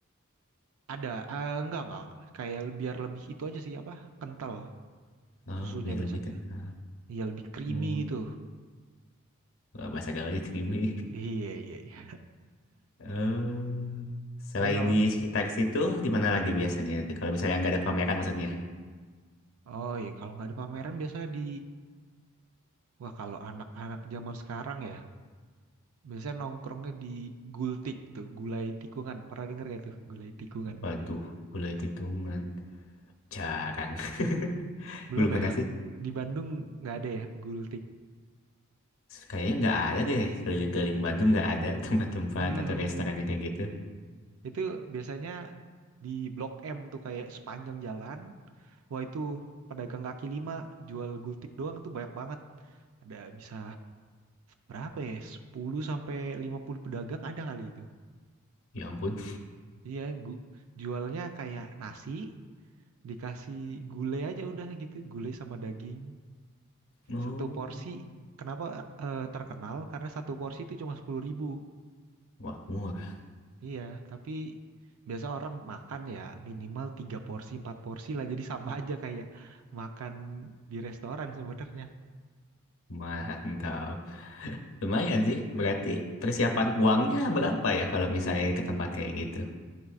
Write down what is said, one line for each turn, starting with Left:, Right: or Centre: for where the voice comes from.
Right: Ada, eh, enggak enggak, kayak biar lebih itu aja sih apa kental
Left: Oh,
Right: susunya
Left: biar
Right: biasanya.
Left: lebih kental.
Right: Iya lebih creamy
Left: Hmm.
Right: gitu.
Left: Wah, bahasa gaulnya creamy.
Right: Iya iya iya.
Left: Eh, selain
Right: Tapi kalau
Left: di sekitar situ, di mana lagi biasanya? Kalau misalnya nggak ada pameran maksudnya.
Right: oh iya kalau nggak ada pameran biasanya di wah kalau anak-anak zaman sekarang ya biasanya nongkrongnya di Gultik tuh gulai tikungan. Pernah denger gak tuh gulai tikungan?
Left: Waduh, gulai titungan. Jarang. <laughs>
Right: Belum
Left: Belum pernah
Right: ya?
Left: sih.
Right: Di Bandung nggak ada ya gultik.
Left: Kayaknya nggak ada deh. Keliling-keliling Bandung nggak ada <laughs> tempat-tempat
Right: Hmm.
Left: atau restoran yang kayak gitu.
Right: Itu biasanya di Blok M tuh kayak sepanjang jalan. Wah itu pedagang kaki lima jual gultik doang itu banyak banget. Ada bisa berapa ya? sepuluh sampai lima puluh pedagang ada kali itu.
Left: Ya ampun.
Right: Iya, gu- jualnya kayak nasi dikasih gulai aja udah gitu, gulai sama daging.
Left: Oh,
Right: Satu porsi kenapa eh, terkenal? Karena satu porsi itu cuma 10.000.
Left: wah murah.
Right: Iya, tapi biasa orang makan ya minimal 3 porsi, 4 porsi lah. Jadi sama aja kayak makan di restoran sebenarnya.
Left: Mantap. Lumayan sih. Berarti persiapan uangnya berapa ya kalau misalnya ke tempat kayak gitu?